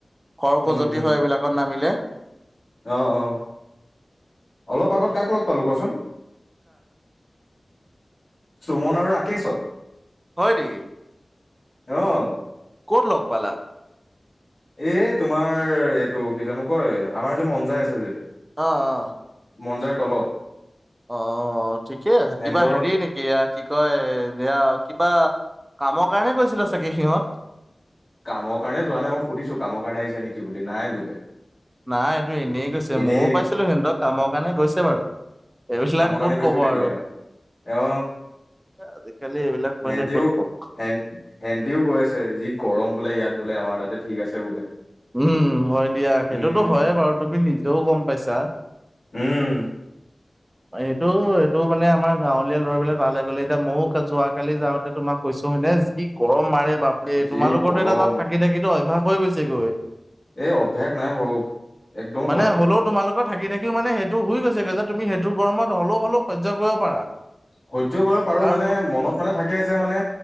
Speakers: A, on the right; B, on the left.
A: খৰ
B: উম
A: খজুৱতি
B: হম
A: হয় এইবিলাকত নামিলে।
B: অ অ অলপ আগত কাক লগ পালো কোৱাচোন। সুমন আৰু ৰাকেশক
A: হয় নেকি?
B: আহ
A: কত লগ পালা
B: এ তোমাৰ এইটো কি জানো কয় আমাৰ যে মন যাই আছে যে
A: অ অ
B: মনজাৰ তলত
A: অ ঠিকে আছে
B: হেন্দৰ
A: কিবা হেৰি নেকি কি কয় এতিয়া কিবা কামৰ কাৰণে কৈছিলে চাগে সিহঁত।
B: কামৰ কাৰণে যোৱা নাই মই সুধিছো কামৰ কাৰণে আহিছে নেকি বুলি নাই বোলে।
A: নাই এইটো এনেই গৈছে
B: এনেই
A: ময়ো পাইছিলো সিহঁতক কামৰ কাৰণে গৈছে বাৰু। এইবিলাক
B: কাম
A: ক'ত
B: কাৰণে কৰিছে
A: ক'ব
B: বুলি
A: আৰু
B: ক অ
A: আজিকালি এইবিলাক পোৱালিয়ে
B: হেটিওে
A: ক'ত ক'ব
B: হেণ্টিও গৈ আছে যি গৰম বোলে ইয়াত বোলে আমাৰ তাতে ঠিক আছে বোলে।
A: উম হয় দিয়া সেইটোতো
B: উম
A: হয়ে বাৰু তুমি নিজেও গম পাইছা।
B: উম
A: এইটো এইটো মানে আমাৰ গাঁৱলীয়া লৰাবিলাক ভালে গ'ললে এতিয়া ময় যোৱাকালি যাওঁতে তোমাৰ কৈছো হয়নে যি গৰম মাৰে বাপৰে
B: যি
A: তোমালোকৰ
B: গৰম
A: তো এটা তাত থাকি থাকিটো অভ্যাস হৈ গৈছেগৈ।
B: এ অভ্যাস নাই হৌ একদম
A: মানে
B: হোৱা নাই
A: হ'লেও তোমালোকৰ থাকি থাকিও মানে সেইটো হৈই গৈছেগৈ যে তুমি সেইটো গৰমত হলেও হলেও শৈৰ্য কৰিব পাৰা
B: হজ্য কৰিব পাৰো
A: কাৰণ
B: মানে
A: তো
B: মনত শৈৰ্য কৰিব পাৰো মানেমনত থাকে যে মানে